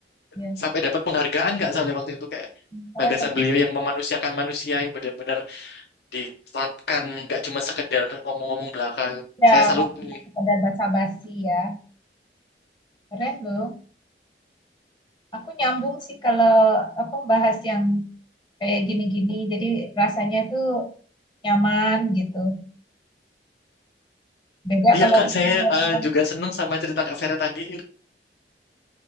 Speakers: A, on the left; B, on the left.
A: iya.
B: sampai dapat penghargaan Kak soalnya waktu itu kayak
A: Keren
B: gagasan
A: banget
B: beliau
A: ya.
B: yang memanusiakan manusia yang benar-benar diterapkan, nggak cuma sekedar ngomong-ngomong belakang.
A: Ya,
B: Saya salut
A: nggak cuma
B: nih.
A: sekedar basa-basi ya. Keren loh. Aku nyambung sih kalau aku bahas yang kayak gini-gini, jadi rasanya tuh nyaman gitu. Beda
B: Iya
A: kalau
B: Kak,
A: kita
B: saya
A: ngeliat
B: eh,
A: orang,
B: juga seneng sama cerita Kak Vera tadi.